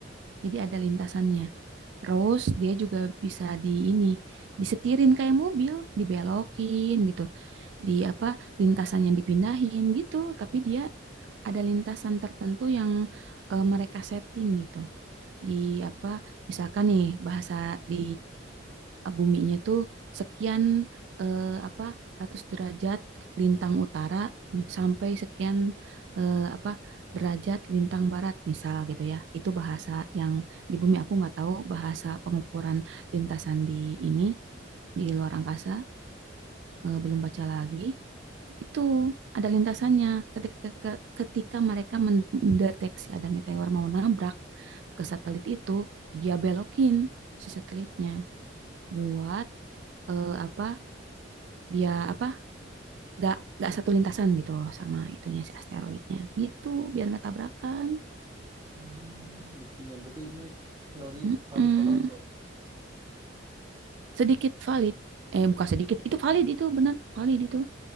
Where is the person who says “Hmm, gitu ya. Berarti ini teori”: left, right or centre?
Right